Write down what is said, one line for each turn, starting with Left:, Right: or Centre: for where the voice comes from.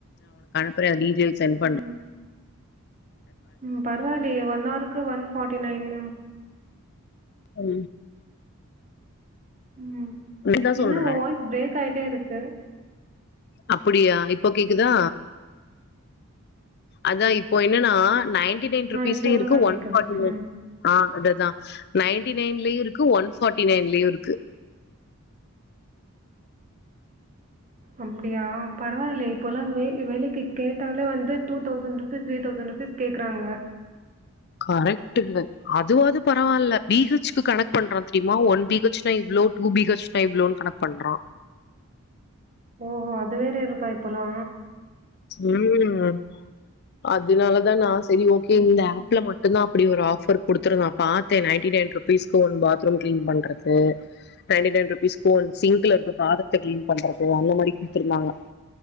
Left: அப்ரோ வீக் இரு சென்ட் பண்ற
Right: ம். ம் பரவாயில்லையே ஒன் ஆருக்கு ஒன் ஃபார்ட்டி நைனா
Left: ம்
Right: ம்
Left: தா சொல்றே
Right: என்ன உ வாய்ஸ் பிரேக் ஆயிட்டே இருக்கு
Left: அப்படியா இப்போ கேக்குதா அதா இப்போ என்னன்னா நைன் நைன்
Right: ஆ
Left: ருபீஸ்லையு
Right: இப்போ ஒழுங்கா
Left: இருக்கு ஒன்
Right: கேக்குது.
Left: ஃபார்டி நைன்
Right: ம்.
Left: இரு ஆ அதுதா நைன்டி நைன்லயு இருக்கு ஒன் ஃபார்ட்டி நைன்லயு இருக்கு
Right: அப்டியா பரவாயில்ல இப்ப எல்லாம் வே வேலைக்கு கேட்டால வந்து டூத் தௌசன் ரூ த்ரீ தௌசண்ட் ரூபிஸ் கேக்குறாங்க
Left: கரெக்ட்டு அதுவாது பரவாயில்ல பி ஹெச்சிக்கு கனெக்ட் பண்றா தெரியுமா ஒன் பி ஹெச்னா இவ்ளோ டூ பி ஹெச்னா இவ்வளோன்னு கனெக்ட் பண்றா
Right: ஓஹோ அது வேற இருக்கா இப்போல்லா
Left: ம் அதனாலதா நாச சரி ஓகே
Right: ம்.
Left: இந்த ஆப்ல மட்ட மட்டும் தா அப்படி ஒரு ஆஃபர் கொடுத்துருந்தான் நா பாத்தே நைன்டி நைன் ருபீஸ்க்கு ஒரு பாத்ரூம் கிளீன் பண்றது நைன்டி நைன் ரூப்பிஸ் ஸ்பூன் சிங்க்ல இருந்து பாத த்து கிளீன் பண்றது அந்த மாரி கொடுத்துருந்தாங்க